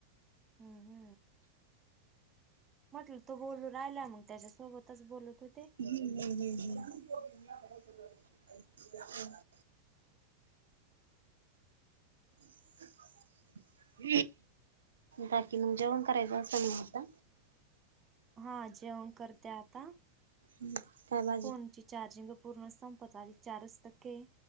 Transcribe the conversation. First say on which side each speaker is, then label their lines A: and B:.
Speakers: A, on the right; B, on the right.
A: हम्म, हम्म. म्हटलं तो बोलून राहिला, मग त्याच्यासोबतच बोलत होते.
B: हम्म, हम्म, हम्म, हम्म. <inaudible> बाकी मग जेवण करायचं असंल‌ ना आता?
A: हा, जेवण करते आता.
B: हं काय बा
A: फोनची चार्जिंग पूर्णच संपत आली चारच टक्के हाय.